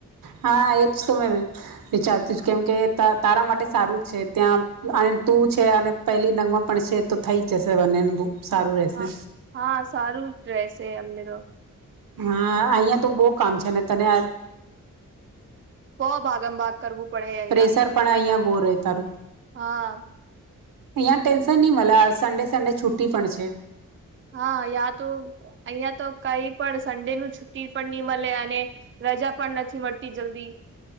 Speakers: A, on the right; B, on the right.
A: હા એજ તો મેં વિચારતી કેમકે તારા માટે સારું છે, ત્યાં અને તું તુ છે, અને પહેલી નગમાં પણ છે, તો થઈ જશે બંને સારું રહેશે
B: હા હા સારું જ રહેશે અમને તો
A: હા અંયા તો બો કામ છે, ને તને
B: બો ભાગમ ભાગ કરવું પડે અહિયાં
A: પ્રેેશર પણ અંયા બો રહે તારું
B: હા
A: અંયા ટેન્શન ની મલે સન્ડે સન્ડે છુટી પણ છે.
B: હા યાં તો અંયા તો કઈ પણ સન્ડેનું છુ ટી પણ ની મલે અને રજા પણ નથી મળતી જલ્દી